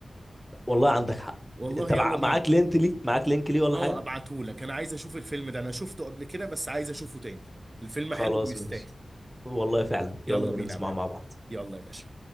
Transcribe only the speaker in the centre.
والله عندك حق
انت
مع...
معاك لينك لي معاك لينك لي ولا
حاجه
خلاص
ماشي والله فعلا
يلا بينا
نسمعه
مع بعض